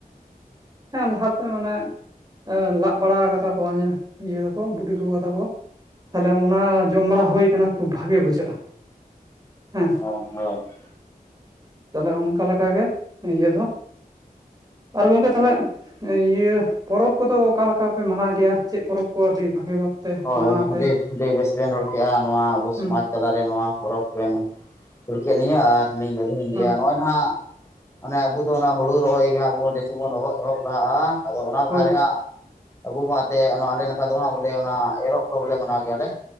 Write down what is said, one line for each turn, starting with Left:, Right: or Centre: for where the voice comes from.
Right: ᱾ ᱦᱮᱸ ᱞᱟᱦᱟᱼᱼ ᱦᱮᱸ ᱚᱱᱮ ᱞᱟᱫ ᱵᱟᱲᱟ ᱠᱟᱫᱟ ᱠᱚ ᱤᱭᱟᱹ ᱛᱟᱠᱚ ᱵᱩᱰᱤ ᱜᱚᱜᱚ ᱛᱟᱠᱚ ᱾ ᱛᱟᱦᱚᱞᱮ ᱚᱱᱟ ᱡᱚᱢ ᱵᱟᱲᱟ ᱦᱩᱭ ᱠᱟᱱᱟ ᱠᱷᱩᱵ ᱵᱷᱟᱜᱮ ᱵᱩᱡᱷᱟᱹᱜᱼᱟ ᱦᱮᱸ ᱾
Left: ᱩᱸ ᱦᱳᱭ ᱾
Right: ᱛᱟᱦᱚᱞᱮ ᱚᱱᱠᱟ ᱞᱮᱠᱟ ᱜᱮ ᱱᱤᱭᱟᱹ ᱦᱚᱸ ᱾ ᱟᱨ ᱜᱚᱝᱠᱮ ᱛᱟᱦᱚᱞᱮᱼᱼ ᱤᱭᱟᱹ ᱯᱚᱨᱚᱵᱽ ᱠᱚᱫᱚ ᱚᱠᱟ ᱞᱮᱠᱟ ᱯᱮ ᱢᱟᱱᱟᱣ ᱜᱮᱭᱟ, ᱪᱮᱫ ᱯᱚᱨᱚᱵᱽ ᱠᱚ ᱟᱹᱰᱤ ᱵᱷᱟᱹᱜᱮ ᱵᱷᱟᱵ ᱛᱮ
Left: ᱦᱳᱭ
Right: ᱢᱟᱱᱟᱣ? ᱯᱮ
Left: ᱟᱹᱰᱤ, ᱟᱹᱵᱤ ᱵᱮᱥ ᱵᱮᱱ ᱨᱚᱲ ᱠᱮᱫᱼᱟ ᱱᱚᱣᱟ ᱟᱵᱚ
Right: ᱦᱩᱸ
Left: ᱥᱚᱢᱟᱡᱽ ᱾ ᱛᱟᱞᱟ ᱨᱮ ᱱᱚᱣᱟ ᱯᱚᱨᱚᱵᱽ ᱵᱮᱱ ᱠᱩᱞ ᱠᱮᱫ ᱞᱤᱧᱟ ᱟᱨ ᱞᱤᱧ ᱞᱟᱹᱭᱟ
Right: ᱦᱩᱸ
Left: ᱱᱚᱜᱼᱚᱭ ᱱᱟᱦᱟᱸᱜ ᱢᱟᱱᱮ ᱟᱵᱚ ᱫᱚ ᱚᱱᱟ ᱦᱩᱲᱩ ᱨᱚᱦᱚᱭ ᱜᱮ ᱦᱟᱸᱜ ᱵᱚᱱ ᱵᱮᱥᱤ ᱵᱚᱱ ᱨᱚᱦᱚ ᱮᱦᱚᱵ ᱞᱟᱦᱟᱜᱼᱟ᱾ ᱟᱫᱚ ᱚᱱᱟ ᱞᱟᱦᱟ
Right: ᱦᱳᱭ
Left: ᱨᱮ ᱦᱟᱸᱜ ᱟᱵᱚ ᱢᱟ ᱮᱱᱛᱮ ᱱᱚᱣᱟ ᱟᱞᱮ ᱱᱟᱠᱷᱟ ᱫᱚ ᱦᱟᱸᱜ ᱵᱚᱞᱮ ᱚᱱᱟ ᱮᱨᱚᱜ ᱯᱚᱨᱚᱵᱽ ᱞᱮ ᱢᱟᱱᱟᱣ ᱜᱮᱭᱟ ᱞᱮ᱾